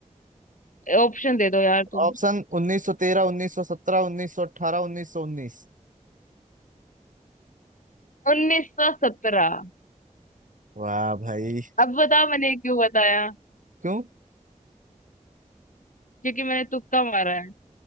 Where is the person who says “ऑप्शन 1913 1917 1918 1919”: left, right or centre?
Right